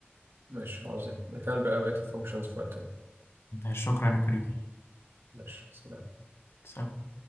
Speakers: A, on the right; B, on the left.
A: ماشي عظيم مكان بقى بقيه الفانكشنز بتاعتنا
B: شكرا يا كريم
A: ماشي سلام
B: سلام